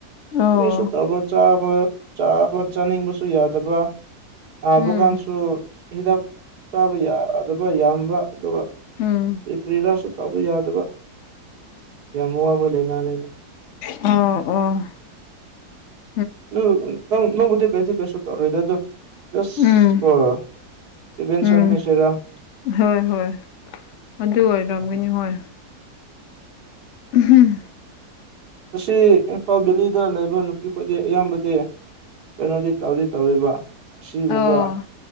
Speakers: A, on the left (about 65°); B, on the right (about 80°).
A: ꯑꯣ
B: ꯀꯔꯤꯁꯨ ꯇꯧꯕ ꯆꯥꯕ ꯆꯥꯕ ꯆꯥꯅꯤꯡꯕꯁꯨ ꯌꯥꯗꯕ ꯑꯕꯨ
A: ꯎꯝ
B: ꯀꯥꯟ ꯁꯨ ꯍꯤꯗꯥꯛ ꯆꯥꯕ ꯌꯥꯗꯕ ꯌꯥꯝꯕ ꯑꯗꯨꯒ
A: ꯎꯝ
B: ꯀꯔꯤ ꯀ꯭ꯔꯤꯔꯥꯁꯨ ꯇꯧꯕ ꯌꯥꯗꯕ ꯌꯥꯝ ꯋꯥꯕ ꯂꯥꯏꯅꯥꯅꯤꯗ
A: ꯑ ꯑ
B: ꯎ ꯅꯪ ꯅꯪꯕꯨꯗꯤ ꯀꯩꯗ ꯀꯩꯁꯨ ꯇꯧꯔꯗ ꯑꯗꯨ ꯖ
A: ꯎꯝ
B: ꯀꯣ ꯄ꯭ꯔꯤꯚꯦꯟꯁꯟ
A: ꯎꯝ
B: ꯍꯥꯏꯁꯦꯔꯥ
A: ꯍꯣꯏ ꯍꯣꯏ ꯑꯗꯨ ꯑꯣꯏꯔꯝꯒꯅꯤ
B: ꯃꯥꯜꯂꯦ
A: ꯍꯣꯏ ꯎꯝꯍꯝ
B: ꯑꯁꯤ ꯏꯝꯐꯥꯜ ꯚꯦꯜꯂꯤꯗ ꯂꯩꯕ ꯅꯨꯄꯤꯈꯣꯏꯗꯤ ꯑꯌꯥꯝꯕꯗꯤ ꯀꯩꯅꯣꯗꯤ ꯇꯧꯗꯤ ꯇꯧꯋꯦꯕ ꯑꯁꯤꯒꯨꯝꯕ
A: ꯑꯣ